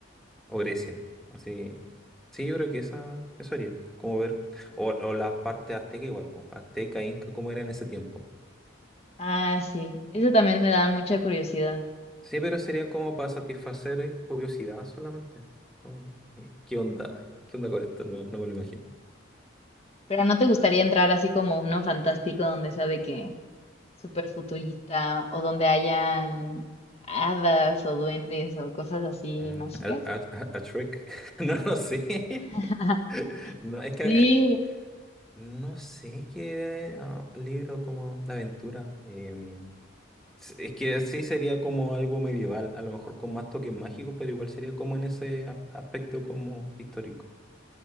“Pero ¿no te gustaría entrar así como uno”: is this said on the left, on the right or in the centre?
Left